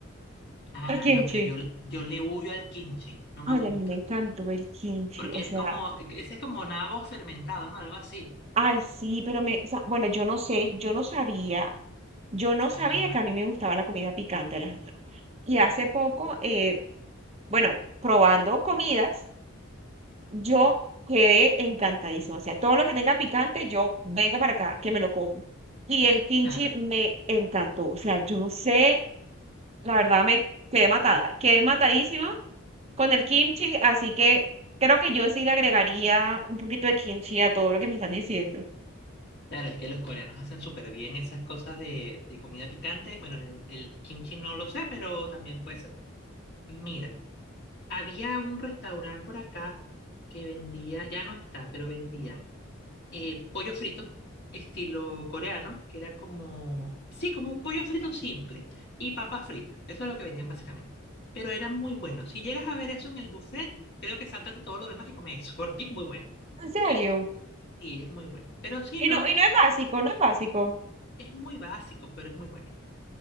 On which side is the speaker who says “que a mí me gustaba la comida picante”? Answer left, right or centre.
Right